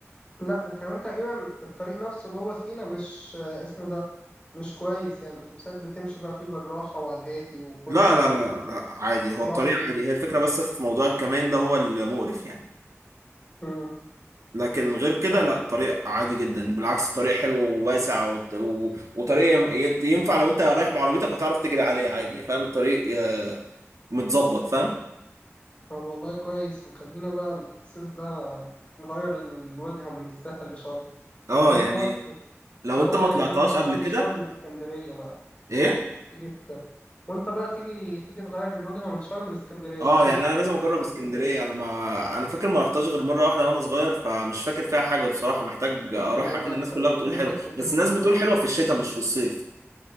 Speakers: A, on the left; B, on the right.
A: لا وكمان تقريبا الطريق نفسه جوه سينا مش آه، اسمه ده مش كويس يعني الأتوبيسات بتمشي بقى فيه بالراحة وعلى الهادي وكله
B: لا لا لا لا عادي هو
A: يقعد
B: الطريق
A: ي-
B: عادي هي الفكره بس في موضوع الكمين ده هو المقرف يعني
A: مم.
B: لكن غير كده
A: طب
B: لا الطريق عادي جدا بالعكس الطريق حلو وواسع وت- و... وطريق يم- يت- ينفع لو انت رايح بعربيتك هتعرف تجري عليه عادي فاهم الطريق آه، متظبط فاهم
A: طب والله كويس مخلينا بقى الصيف ده نغير الوجهة من الساحل لشرم
B: اه
A: وانت
B: يعني
A: بس
B: لو
A: تغير
B: انت ما طلعتهاش
A: الوجهة بقى
B: قبل
A: من
B: كده
A: شرم لإسكندرية بقى
B: ايه
A: تيجي ت... وانت بقى تيجي تيجي تغير الوجهة من شرم لإسكندرية
B: اه
A: تيجي
B: يعني
A: ت-
B: انا لازم
A: تجرب
B: اجرب اسكندريه
A: اسكندرية
B: انا ما انا فاكر ما رحتهاش غير مره واحده وانا صغير فمش فاكر فيها حاجه بصراحه محتاج اروحها
A: لا
B: كده
A: لا
B: الناس كلها بتقول
A: فايتك
B: حلو
A: كتير
B: بس الناس
A: بصراحة
B: بتقول حلوه في الشتاء مش في الصيف